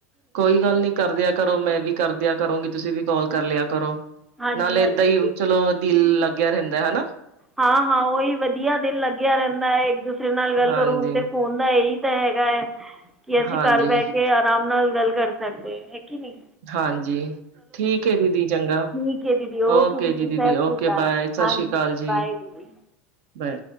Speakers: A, on the right (about 65°); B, in the centre.
A: ਕੋਈ ਗੱਲ ਨੀ ਕਰਦਿਆਂ ਕਰੋ ਮੈਂ ਵੀ, ਕਰਦਿਆ ਕਰੋਗੀ ਤੁਸੀਂ ਵੀ ਕਾਲ ਕਰ ਲਿਆ ਕਰੋ
B: ਹਾਂਜੀ
A: ਨਾਲੇ
B: ਹਾਂਜੀ
A: ਏਦਾਂ ਹੀ ਚਲੋ ਦਿਲ ਲੱਗ। ਆ ਰਹਿੰਦਾ ਹਨਾ।
B: ਹਾਂ-ਹਾਂ ਉਹੀ ਵਧੀਆ ਦਿਨ ਲੱਗਿਆ ਰਹਿੰਦਾ ਹੈ ਇੱਕ ਦੂਸਰੇ ਨਾਲ ਗੱਲ
A: ਹਾਂਜੀ
B: ਕਰੋ ਹੁਣਦੇ ਫੋਨ ਦਾ ਇਹੀ। ਤਾਂ ਹੈਗਾ ਹੈ ਕਿ ਅਸੀਂ
A: ਹਾਂਜੀ
B: ਘਰ ਬਹਿ ਕੇ ਆਰਾਮ ਨਾਲ ਗੱਲ ਕਰ ਸਕਦੇ ਹੈਗੀ ਨੀ।
A: ਹਾਂਜੀ ਠੀਕ ਦੀਦੀ ਚੰਗਾ
B: ਠੀਕ ਹੈ ਦੀਦੀ
A: ਓਕੇ ਜੀ
B: ਸਤਿ
A: ਦੀਦੀ
B: ਸ਼੍ਰੀ
A: ਓਕੇ
B: ਅਕਾਲ
A: ਬਾਏ ਸਤਿ
B: ਹਾਂਜੀ
A: ਸ਼੍ਰੀ ਅਕਾਲ ਜੀ।
B: ਬਾਏ
A: ਜੀ
B: ਦੀਦੀ
A: ਬ